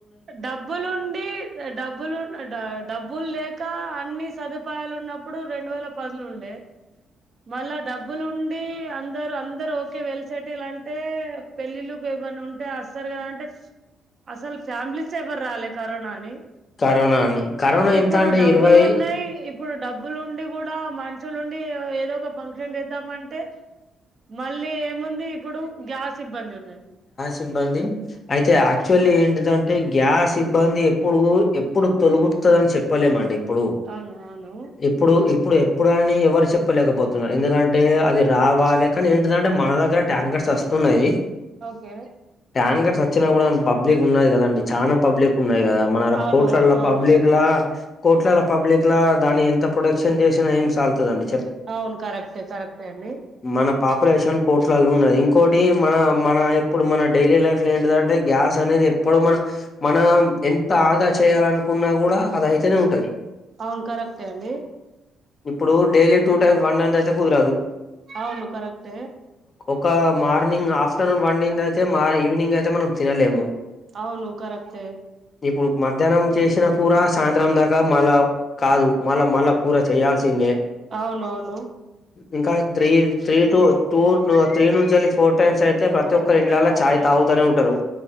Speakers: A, on the right; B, on the left.
A: డబ్బులుండి డబ్బులు డబ్బులు లేక అన్ని సదుపాయాలు ఉన్నప్పుడు రెండు వేల పదులు ఉండే మళ్ళా డబ్బులు ఉండి అందరు అందరు ఓకే వెలిసేటి ఇలాంటి పెళ్లిలు ఏమన్నా ఉంటేయి వస్తారు కద అంటే అసల్ ఫ్యామిలీస్ ఎవరు రాలే కరోనా అని
B: కరోనా అని కరోనా
A: ఇప్పుడు
B: ఎంత అండి
A: డబ్బులు
B: ఇరవై
A: ఉన్నాయి ఇప్పుడు డబ్బులు ఉండి గూడా మనుషులు నుండి ఏ ఏదో ఓ ఫంక్షన్ చేద్దామంటే మళ్ళీ ఏముంది ఇప్పుడు గ్యాస్ సిబ్బంది ఉన్నాది
B: సిబ్బంది అయితే యాక్చువల్ ఏంటిదంటే గ్యాస్ సిబ్బంది ఎప్పుడు ఎప్పుడు తొలగుతది చెప్పలేమండి ఇప్పుడు
A: అవును అవును
B: ఇప్పుడు ఇప్ ఇప్పుడు ఎప్పుడు అని ఎవరు చెప్పలేకపోతున్నారు ఎందుకంటే అది రావాలి కానీ ఏంటిదంటే మన దగ్గర ట్యాంకర్స్ అస్తున్నాయి
A: ఓకే
B: ట్యాకర్స్ అచ్చిన గూడా అనికి పబ్లిక్ ఉన్నది కదాండి చానా పబ్లిక్ ఉన్నాయి కదా మనల
A: అవును
B: కోట్లలల
A: అవును
B: పబ్లిక్ ల కోట్లల పబ్లిక్ లా దాన్ని ఎంత ప్రొడక్షన్ చేసినా ఏం సాగుతదండి
A: అవును కరక్టే కరెక్టే అండి
B: మన పాపులేషన్ కోట్లల్ల ఉన్నది ఇంకోటి మన మన ఇప్పుడు మన డైలీ లైఫ్ లో ఏంటిదంటే గ్యాస్ అనేది ఎప్పుడు మన మనం ఎంత ఆదా చేయాల అనుకున్నా కూడా అది అయితేనే ఉంటది
A: అవును కరెక్టే అండి
B: ఇప్పుడు డైలీ టూ టైమ్స్ వండన్ ది అయితే కుదరదు
A: అవును కరెక్టే
B: ఒక మార్నింగ్ ఆఫ్టర్నూన్ వండింది అయితే మ ఈవినింగ్ అయితే మనం తినలేము
A: అవును కరెక్టే
B: ఇప్పుడు మధ్యాహ్నం చేసినా కూర సాయంత్రం దాకా మళ్ళా కాదు మళ్ళా మళ్ళా కూరయ్ చేయాల్సిందే
A: అవునవును
B: ఇంకా three three two two three నుంచళి ఫోర్ టైమ్స్ అయితే ప్రతి
A: అవును
B: ఒక్కరి ఇండ్లలా చాయ్ తాగుతూనే ఉంటారు